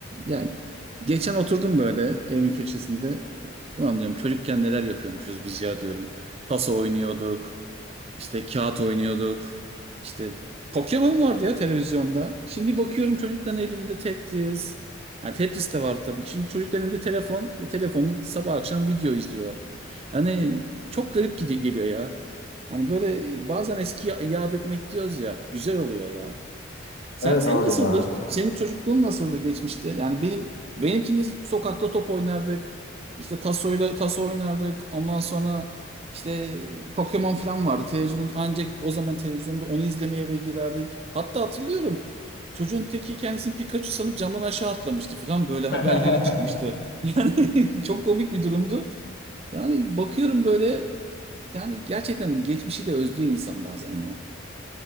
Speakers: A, on the right (about 30°); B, on the left (about 55°).
A: Ya geçen oturdum böyle evin köşesinde. Ulan diyorum çocukken neler yapıyormuşuz biz ya diyorum. Paso oynuyorduk. işte kağıt oynuyorduk. işte Pokemon vardı ya televizyonda. Şimdi bakıyorum çocukların elinde Tetris. Yani Tetris de var tabii ki. Şimdi çocukların elinde telefon ve telefonla sabah akşam video izliyorlar. Yani çok garip gidi- geliyor ya. Yani böyle bazen eskiyi yad etmek diyoruz ya. Güzel oluyor ya. Sen,
B: Evet
A: senin
B: abi
A: nasıldı?
B: ya.
A: Senin çocukluğun nasıldı geçmişte? Yani benim benimkinde sokakta top oynardık. İşte tasoyla taso oynardık. Ondan sonra işte Pokemon falan vardı. Televizyonda ancak o zaman televizyonda onu izlemeye eve girerdik. Hatta hatırlıyorum. Çocuğun teki kendisini Pikachu sanıp camdan aşağı atlamıştı falan böyle haberlere
B: <laughs>
A: çıkmıştı. Yani <laughs> çok komik bir durumdu. Yani bakıyorum böyle yani gerçekten geçmişi de özlüyor insan bazen ya.